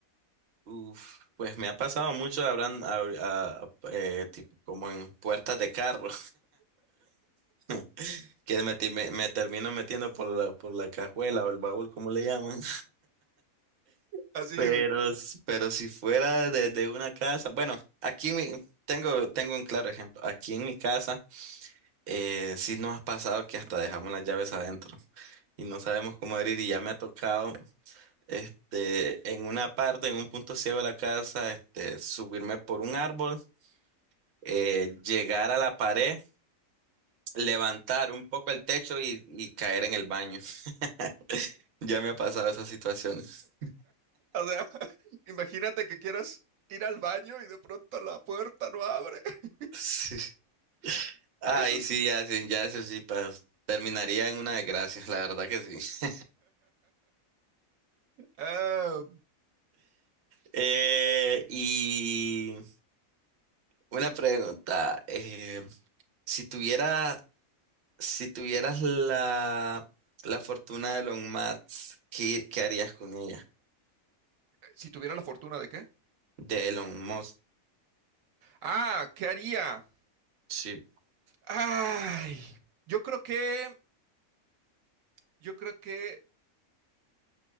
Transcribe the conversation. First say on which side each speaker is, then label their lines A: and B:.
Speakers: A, on the right; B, on the right.
A: Uf, pues me ha pasado mucho, habrán, abri- a- a- eh, tipo, como en puertas de carro, <laughs> que me, ti- me, me termino metiendo por la, por la cajuela o el baúl, como le llaman.
B: Así,
A: Pero,
B: o
A: s- pero si fuera de, de una casa, bueno, aquí en mi- tengo, tengo un claro ejemplo. Aquí en mi casa, eh, sí nos ha pasado que hasta dejamos las llaves adentro y no sabemos cómo abrir y ya me ha tocado, este, en una parte, en un punto ciego de la casa, este, subirme por un árbol, eh, llegar a la pared, levantar un poco el techo y, y caer en el baño. <laughs> Ya me ha pasado esas situaciones.
B: sea, <laughs> imagínate que quieras ir al baño y de pronto la puerta no abre. <laughs>
A: <laughs> Ahí
B: Eso es.
A: sí, ya, sí, ya eso sí, pa- terminaría en una desgracia, la verdad que sí.
B: ah,
A: Eh, y una pregunta, eh, si tuviera, si tuvieras la, la fortuna de Elon Musk, ¿qué, qué harías con ella?
B: si tuviera la fortuna de qué.
A: De Elon Musk,
B: Ah, ¿qué haría?
A: sí,
B: Ay, yo creo que, yo creo que